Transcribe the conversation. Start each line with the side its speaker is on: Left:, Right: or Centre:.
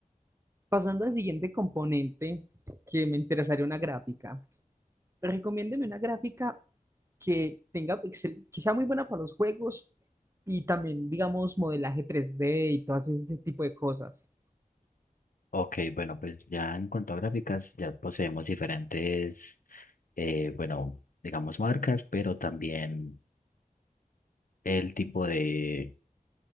Right: Pasando al siguiente componente, que me interesaría una gráfica. Recomiéndeme una gráfica que tenga excel- que sea muy buena para los juegos y también, digamos, modelaje 3D y todo ese tipo de cosas.
Left: Ok, bueno, pues ya en cuanto a gráficas, ya poseemos diferentes, eh, bueno, digamos marcas, pero también el tipo de,